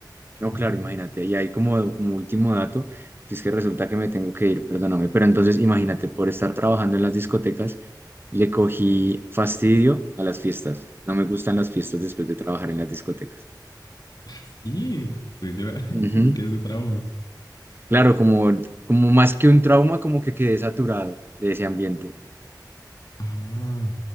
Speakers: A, on the left; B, on the right.
A: <laughs>
B: No, claro, imagínate. Y ahí como, como último dato, es que resulta que me tengo que ir, perdóname. Pero entonces, imagínate, por estar trabajando en las discotecas, le cogí fastidio a las fiestas. No me gustan las fiestas después de trabajar en las discotecas.
A: Ah, Sí, te queda, <laughs>
B: Ujú.
A: te queda ese <laughs> trauma.
B: Claro, como, como más que un trauma, como que quedé saturado de ese ambiente.
A: Ah,